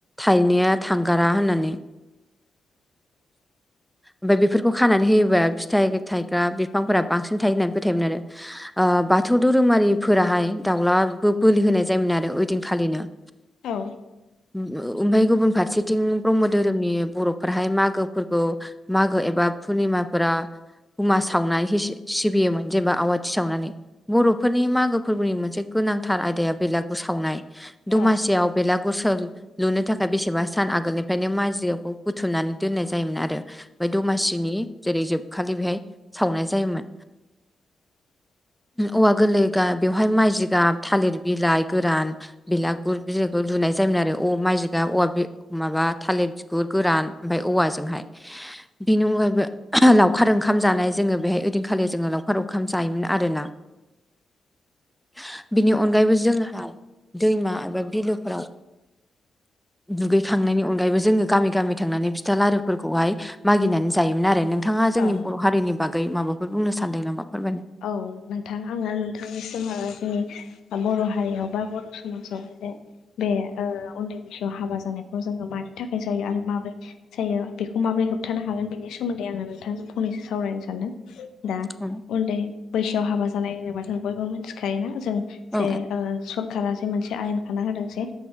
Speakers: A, in the centre; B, on the left.
A: थाइनाया थांगारा होननानै ओमफ्राय बेफोरखौ खानानै होयोबा फिथाइ थायग्रा बिफांफोरा बांसिन थायो होननानै फोथायोमोन आरो बाथौ धोरोमारिफोराहाय दाउलाबो बोलि होनाय जायोमोन आरो ओइदिंखालिनो।
B: औ।
A: ओमफफ्राय गुबुन फारसेथिं ब्रह्म धोरोमनि बर'फोराहाय मागोफोरखौ मागो एबा पुर्निमाफोरा हुमा सावनानै सिबियोमोन जेनेबा आवाथि सावनानै बर'फोरनि मागो फोरबोनि मोनसे गोनांथार आयदाया बेलागुर सावनाय दमासियाव
B: औ
A: बेलागुरस लुनो थाखाय बेसेबा सान आ आगोलनिफ्रायनो माजिखौ बुथुमनानै दोननाय जायोमोन आरो माय दमासिनि जेरै जोबखालि बेहाय सावनाय जायोमोन। औवा गोरलै गा बेवहाय माइ जि गाब थालिर बिलाइ गोरान बिलागुर बिलायखौ लु नाय जायोमोन आरो औ माइजगा औवा माबा थालिर बिगुर गोरान ओमफ्राय औवाजोंहाय बिनि अनगायैबो लावखार ओंखाम जानाय जोङो बेहाय ओइैनखालि जोङो लावखार ओंखाम जायोमोन आरोना। <unintelligible> बिनि अनगायैबो जोंहाय दैमा एबा बिलोफोराव दुगैखांनायनि अनगायैबो जोङो गामि गामि थांनानै फिथा लारुफोरखौहाय मागिनानै जायोमोन आरो नोंथाङा जोंनि
B: औ
A: बर' हारिनि बागै माबाफोर बुंनो सानदों नामा? फोरमायनो
B: औ नोंथां आङो नोंथांनिसिमहा जोंनि बर' हारियाव बा बर' समाजावहाय जों बे उन्दै बैसोआव हाबा जानायखौ जोङो मानि थाखाय जायो आरो माबोरै जायो बेखौ माबोरै होबथानो हागोन बेनि सोमोन्दै आङो नोंथांजों फंनैसो सावरायनो सानदों। दा
A: औ
B: उन्दै बैसोआव हाबा जानाय होनोबा जों बयबो मिथिखायोना? जे
A: औ
B: ओ स आ मोनसे आयेन खाना होदों जे